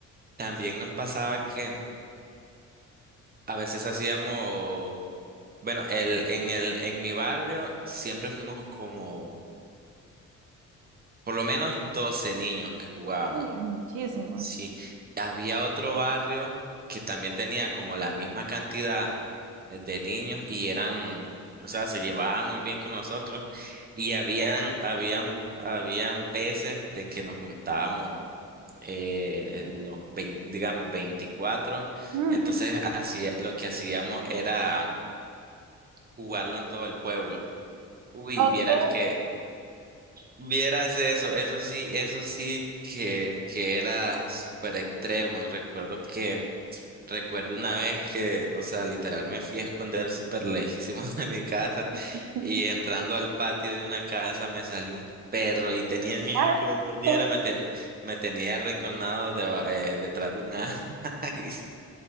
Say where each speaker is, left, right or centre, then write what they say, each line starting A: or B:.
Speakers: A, on the right (about 30°); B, on the right (about 85°).
A: también nos pasaba que a veces hacíamos, bueno, el, en el, en mi barrio siempre fuimos como por lo menos 12 niños que jugábamos.
B: uy, muchísimos.
A: Sí, había otro barrio que también tenía como la misma cantidad eh, de niños y eran, o sea, se llevaban muy bien con nosotros y habían, habían, habían veces de que nos juntábamos eh, los 20 digamos veinticuatro
B: Ujú.
A: entonces hacía, lo que hacíamos era jugarlo en todo el pueblo. Uy,
B: Ok.
A: vieras que, vieras eso, eso sí, eso sí que, que era súper extremo y recuerdo que Recuerdo una vez que, o sea, literal me fui a esconder súper lejísimos <laughs> de mi casa
B: <laughs>
A: y entrando al patio de una casa me salió un perro y tenía miedo
B: Ah,
A: que me mordiera,
B: no.
A: me, ten- me tenía arrinconado deba- eh, detrás de un árbol. <laughs> Y